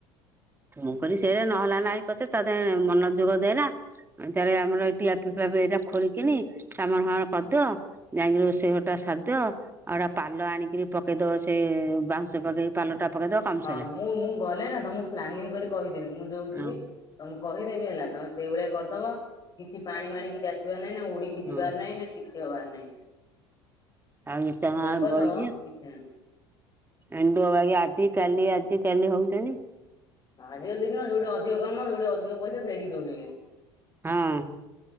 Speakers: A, on the right (about 15°); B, on the left (about 30°).
A: ମୁଁ କହିଲି ସେରା ନହେଲା ନାଇ ପଛେ ତାଦେହରେ ମନଯୋଗ ଦେଏନା ମୁଁ କହିଲି ଚାଲେ ଆମର ଏଠି ଆଫେ ଫାଫେ ସେଟା ଖୋଳିକିନି ଚମର ଫମର କରିଦିଅ ଯାଇକି ରୋଷେଇ ଘରଟା ସାରଦିଅ ଆଉ ଏଟା ପାଲ ଆଣିକିରି ପକେଇଦବ ସେ ବାଉଁ ଶ ପକେଇକି ପାଲଟା ପକେଇଦବ କାମ
B: ହଁ
A: ସଇଲା।
B: ମୁଁ ମୁଁ ଗଲେ ନା ତମକୁ ପ୍ଲାନିଂ କରି କହିଦେବି ମୁଁ ଯୋଉ
A: ହଁ
B: ଯିବି ତ ମୁଁ କହିଦେବି ହେଲା ତମେ ଶୁ ସେଇ ଭଳିଆ କରିଦବ କିଛି ପାଣି ମାଣି କିଛି ଆସିବାର ନାଇଁନେ ଉଡିକି ଯିବାର
A: ହଁ
B: ନାଇଁନେ କିଛି ହବାର ନାଇଁ।
A: ଆଉ ନିଶ୍ଚିୟ ଭାବରେ
B: କରିଦବ
A: ବଇଚି
B: କିଛି ନାହିଁ।
A: ଏଣ୍ଡୁଅ ବାଗିଆ ଆଜି କାଲି ଆଜି କାଲି ହୋଉଚନ୍ତି।
B: ହଁ ଆଜିକାଲି ଦେଖିନ ଯୋଉଠି ଅଧିକ କାମ ଯୋଉଠି ଅଧିକ ପଇସା ସେଇଠିକି ଦୌଡିବେ।
A: ହଁ।